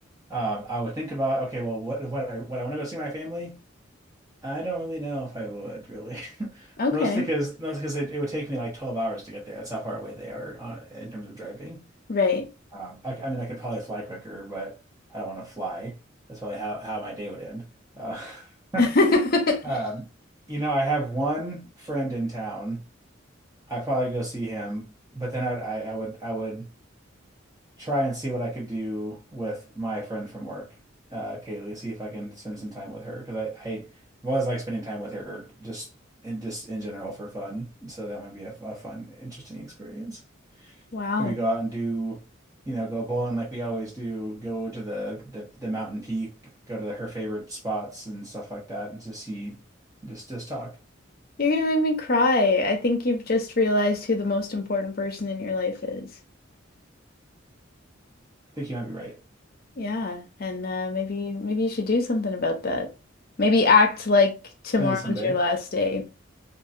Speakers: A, on the right (about 15°); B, on the left (about 50°).
A: Um, I would think about, okay, well, what what I what I want to go see my family? I don't really know if I would really. <laughs>
B: Okay.
A: Mostly because mostly because it, it would take me like 12 hours to get there. That's how far away they are on, in terms of driving.
B: Right.
A: Um, I, I mean, I could probably fly quicker, but I don't want to fly. That's probably how, how my day would end. Uh, <laughs>
B: <laughs>
A: um, you know, I have one friend in town. I probably go see him, but then I would I, I would I would try and see what I could do with my friend from work, uh, Kaylee, see if I can spend some time with her because I, I have always liked spending time with her just in just in general for fun. So that might be a, f- a fun, interesting experience.
B: Wow.
A: Maybe go out and do, you know, go bowling like we always do, go to the the, the mountain peak, go to the, her favorite spots and stuff like that, and just see, just just talk.
B: You're gonna make me cry. I think you've just realized who the most important person in your life is.
A: I think you might be right.
B: Yeah, and uh, maybe maybe you should do something about that. Maybe act like tomorrow's
A: Maybe someday.
B: your last day.